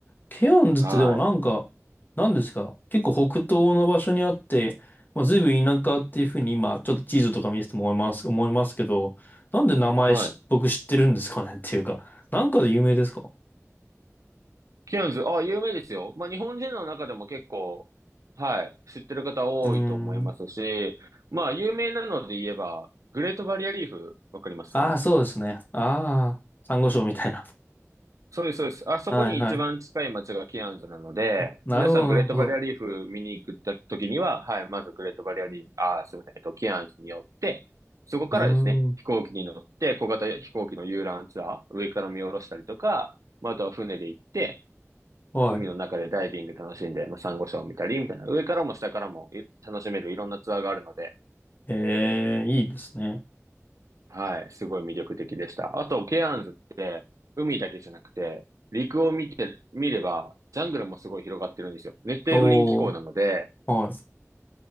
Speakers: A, on the left; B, on the right.
A: ケアンズってでもなんか、
B: は
A: なんですか結構北東の場所にあって、まあ、随分田舎っていうふうに今、ちょっと地図とか見せても思います、思いますけど、なんで名前し、
B: い。はい。
A: 僕知ってるんですかねっていうか、なんかで有名ですか
B: キアヌズ、あ、有名ですよ。まあ、日本人の中でも結構、はい、知ってる方多いと思いますし、
A: うーん。
B: まあ、有名なので言えば、グレートバリアリーフ、わかります
A: ああ、そうですね。ああ、珊瑚礁みたいな。
B: そうです、そうです。あそこに一番近い街がキアンズなので、
A: はいはい。あ、なるほど、
B: 皆さんグレートバリアリーフ見に行った時には、
A: なるほど。
B: はい、まずグレートバリアリーフ、あー、すみません、えっと、キアンズに寄って、そこからですね、
A: うーん。
B: 飛行機に乗って、小型飛行機の遊覧ツアー、上から見下ろしたりとか、まあ、あとは船で行って、
A: はい。
B: 海の中でダイビング楽しんで、まあ、サンゴ礁を見たり、みたいな、上からも下からもい楽しめるいろんなツアーがあるので、
A: ええ、いいですね。
B: はい、すごい魅力的でした。あと、ケアンズって、海だけじゃなくて、陸を見て、見れば、ジャングルもすごい広がってるんですよ。熱帯雨林気候なので、
A: おー。はい。